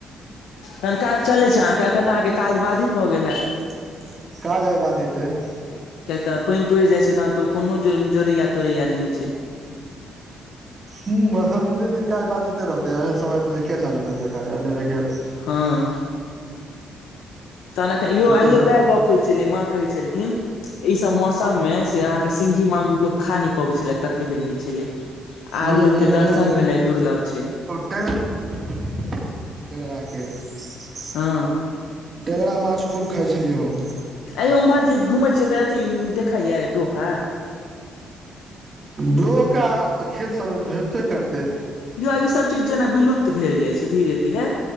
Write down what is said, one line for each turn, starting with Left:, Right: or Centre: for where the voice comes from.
Left: तहन काज चलै छै, अहाँकेँ एखन तऽ अहाँकेँ काज बधित भऽ गेल हैत।
Right: <unintelligible> काज आए बाधित अय
Left: कियैक तऽ पाइन पड़ि जाइ छै तहन तऽ ओ कोनो जोड़ैया तोड़ैया नहि होइ छै
Right: हूँ एखन दू तीन दिन काज बाधिते रहतै एहन समय रहतै तऽ किया चालू करतै काज अनेरे के
Left: हँ तहन एखन यौ
Right: हूं
Left: आइयो वएह गप होइ छलै माँ कहै छलखिन एहि सब मौसम मे से आहाँ सिंही मांगुर लोक खा नाए पबै छले ततेक रहै छै छलै आब
Right: हूं
Left: लोक के दर्शन
Right: हूं
Left: भेनाए दुर्लभ छै
Right: <inaudible>
Left: हँ
Right: टेंगरा माछ खूब खाइ छलियै हम
Left: आए यौ उम्हर जे घुमै छियै तऽ अथी देखइया डोका
Right: डोका तऽ खेत सब मे भेटते करतै
Left: यौ ई सब चीज जेना विलुप्त भेल जाय छै धीरे धीरे